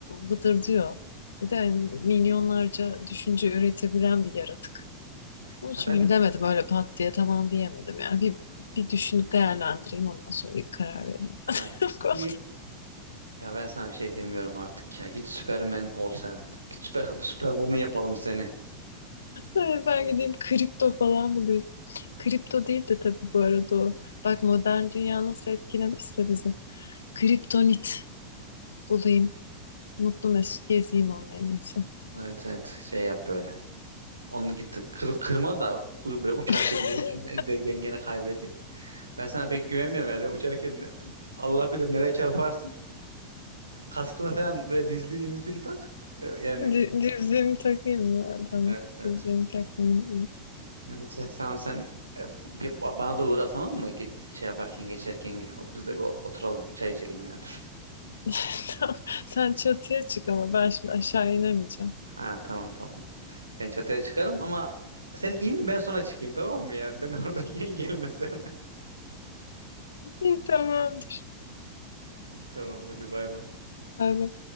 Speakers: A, on the left (about 70°); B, on the right (about 80°).
A: vıdırdıyor. Bir de milyonlarca düşünce üretebilen bir yaratık. Onun
B: Ha
A: için
B: ben
A: bir bilemedim öyle pat diye tamam diyemedim. Yani bir, bir düşünüp değerlendireyim ondan sonra bir karar veririm. <laughs>
B: ay
A: Bu konuda.
B: iyi. Ya ben sana bir şey demiyorum artık ya. Git Superman ol sen. Git süper Superwoman yapalım seni.
A: Ee, Ben gideyim kripto falan mı diyeyim? Kripto değil de tabii bu arada o. Bak modern dünya nasıl etkilemişse bizi. Kriptonit bulayım. Mutlu Mesut gezeyim onunla en iyisi.
B: Evet evet şey yap böyle. Onu git kır- kırma da u- böyle uçarken
A: <laughs>
B: den- de- dengeni kaybedip. Ben sana pek güvenmiyorum yani. Sen uçarken Allah bilir nereye çarparsın. Kaskını falan böyle dizliğini mizliğini tak. Ee, Yani
A: Di- Dizliğimi takayım mı? Tamam.
B: evet evet.
A: Dizliğimi takmayayım.
B: Neyse tamam sen e, bir, ba- bana da uğra tamam mı? Ge- Şey yaparken geçerken biz de bir o- oturalım çay içelim yani.
A: <laughs> Tamam. Sen çatıya çık ama ben şimdi aşağı inemeyeceğim.
B: Ha tamam tamam. Ben çatıya çıkarım ama sen in ben sonra çıkayım tamam mı yani? Ben oradayken <laughs> gelmesen.
A: İyi, tamamdır.
B: Tamam hadi bay bay.
A: Bay bay.